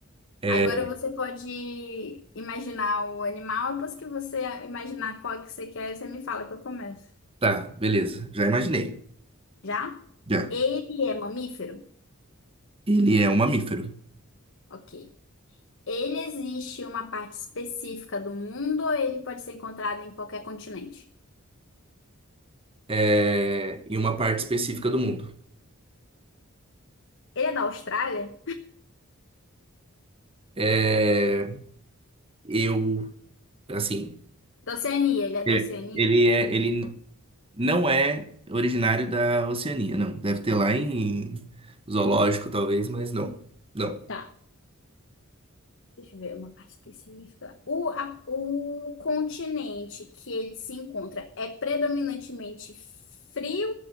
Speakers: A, on the right; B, on the left.
A: É.
B: Agora você pode imaginar o animal, depois que você imaginar qual que você quer, você me fala que eu começo.
A: Tá, beleza. Já imaginei.
B: Já?
A: Já.
B: Ele é mamífero?
A: Ele é um mamífero.
B: Ok. Ele existe em uma parte específica do mundo ou ele pode ser encontrado em qualquer continente?
A: É... Em uma parte específica do mundo.
B: Ele é da Austrália?
A: É... Eu, assim,
B: Da Oceania, ele é da
A: é,
B: Oceania?
A: ele é, ele Não é originário da Oceania, não. Deve ter lá em zoológico, talvez, mas não. Não.
B: Tá. Deixa eu ver uma parte específica. O, a- o continente que ele se encontra é predominantemente frio